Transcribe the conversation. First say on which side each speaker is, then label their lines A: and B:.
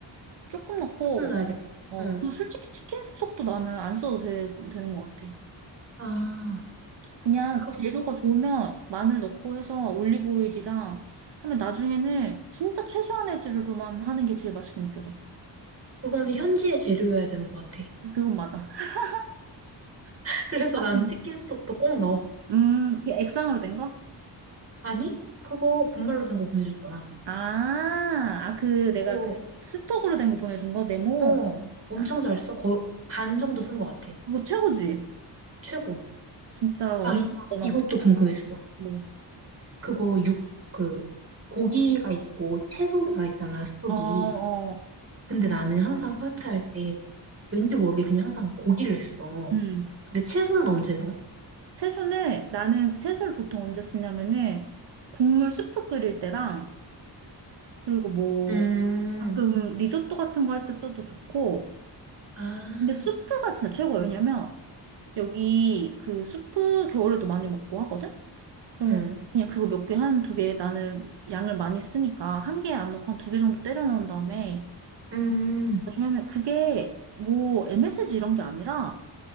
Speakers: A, on the right; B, on the right.
A: 조금 넣고
B: 조금 넣어야겠다.
A: 어,
B: 어.
A: 그리고 솔직히 치킨 스톡도 나는 안 써도 되, 되는 것 같아.
B: 아,
A: 그냥
B: 그거,
A: 재료가 좋으면 마늘 넣고 해서 올리브 오일이랑 하면 나중에는 진짜 최소한의 재료로만 하는 게 제일 맛있게 느껴져.
B: 그거는 현지의 재료여야 되는 것 같아.
A: 그건 맞아. <laughs>
B: <laughs> 그래서
A: 아,
B: 난
A: 진
B: 치킨 스톡도 꼭 넣어.
A: 음, 그 액상으로 된 거?
B: 아니, 그거 분말로 된 거 보내줬잖아.
A: 아, 아, 그 내가
B: 그거,
A: 그 스톡으로 된 거 보내준 거 네모.
B: 어, 엄청
A: 아,
B: 잘 써. 거의 반 정도 쓴 것 같아.
A: 그거 최고지.
B: 최고.
A: 진짜 완전
B: 아, 이,
A: 간단하고
B: 이것도 궁금했어.
A: 뭐.
B: 그거 육, 그, 고기가 있고 채소가 있잖아, 스톡이.
A: 어, 어.
B: 근데 나는 항상 파스타 할 때 왠지 모르게 그냥 항상 고기를 했어.
A: 음.
B: 근데 채소는 언제 넣어?
A: 채소는 나는 그 채소를 보통 언제 쓰냐면은 국물 수프 끓일 때랑 그리고 뭐
B: 음,
A: 가끔 리조또 같은 거 할 때 써도 좋고.
B: 아,
A: 근데 수프가 진짜 최고예요. 왜냐면 여기 그 수프 겨울에도 많이 먹고 하거든. 그러면
B: 응,
A: 그냥 그거 몇 개, 한 두 개, 나는 양을 많이 쓰니까 한 개 안 넣고 한 두 개 정도 때려 넣은 다음에
B: 음,
A: 나중에 하면 그게 뭐 MSG 이런 게 아니라